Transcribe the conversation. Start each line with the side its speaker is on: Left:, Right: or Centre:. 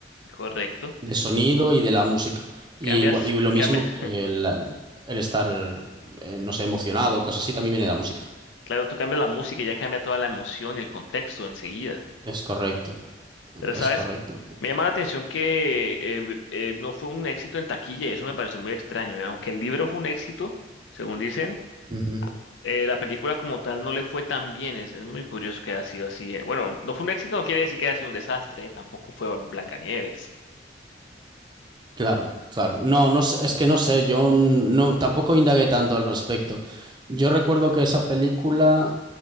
Left: correcto.
Right: de sonido
Left: Tú
Right: y de la música. Y,
Left: cambias,
Right: igua- y lo mismo
Left: cambia,
Right: que
Left: <laughs>
Right: el, el estar, eh, no sé, emocionado, cosas así, también viene de la música.
Left: claro, tú cambias la música y ya cambia toda la emoción y el contexto enseguida.
Right: Es correcto,
Left: Pero,
Right: es
Left: ¿sabes?
Right: correcto.
Left: Me llama la atención que eh, eh, no fue un éxito en taquilla y eso me pareció muy extraño. ¿eh? Aunque el libro fue un éxito, según dicen,
Right: Ujú.
Left: eh, la película como tal no le fue tan bien. Es, es muy curioso que haya sido así. eh. Bueno, no fue un éxito, no quiere decir que haya sido un desastre. eh, Tampoco fue Blancanieves.
Right: Claro, claro. No, no sé, es que no sé, yo no, tampoco indagué tanto al respecto. Yo recuerdo que esa película